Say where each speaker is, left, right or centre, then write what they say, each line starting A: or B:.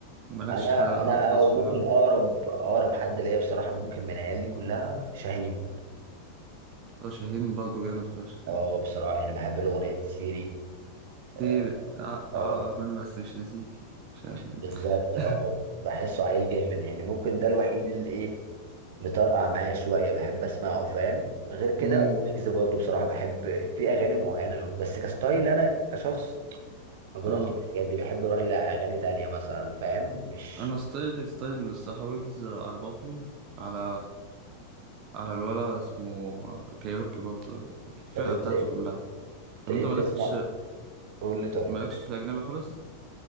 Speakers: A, on the right; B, on the right.
A: مالكش
B: انا
A: حد
B: انا
A: حد خاص
B: أو ممكن
A: في الراب؟
B: اقرب اقرب حد ليا بصراحه ممكن من عيال دي كلها شاهين
A: آه، شاهين برضه جامد فشخ
B: اه
A: يعني
B: بصراحه يعني بحب له اغنيه سيري
A: سيري
B: اه
A: ع-
B: آه.
A: عقرب أنا بس مش ناسيك مش عارف إيه.
B: بالظبط
A: <laughs>
B: اه بحسه عيل جامد يعني ممكن ده الوحيد اللي ايه مطرقع معايا شويه بحب اسمعه فاهم غير كده
A: مم.
B: ويجز برضو بصراحه بحب في اغاني معينه له بس كستايل انا كشخص ما بروحش
A: آه
B: للحاجات دي بحب اروح لاغاني تانية مثلا فاهم مش
A: انا ستايلي ستايل السحاويجز على بابلو على على الولا اسمه كايروكي برضه الفرقه
B: طب انت
A: بتاعته
B: انت
A: كلها طب
B: ايه
A: انت مالكش
B: بتسمع قول لي طيب
A: مالكش في الاجنبي خالص